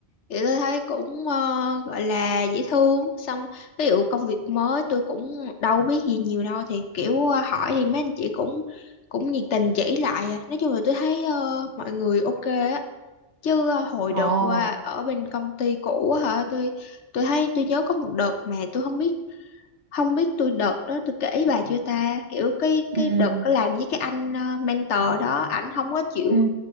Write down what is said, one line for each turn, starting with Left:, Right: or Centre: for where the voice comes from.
Left: thì tôi thấy cũng ờ, gọi là dễ thương xong ví dụ công việc mới tôi cũng đâu biết gì nhiều đâu thì kiểu ờ, hỏi thì mấy anh chị cũng cũng nhiệt tình chỉ lại à. nói chung là tôi thấy ờ, mọi người ok á chứ ờ, hồi
Right: Ồ,
Left: đợt qua ở bên công ty cũ á hả tôi tôi thấy tôi nhớ có một đợt mà tôi không biết không biết tôi đợt đó tôi kể bà chưa ta kiểu cái
Right: ừ,
Left: cái đợt đó làm với cái anh ờ, mentor đó ảnh không có chịu
Right: ừ,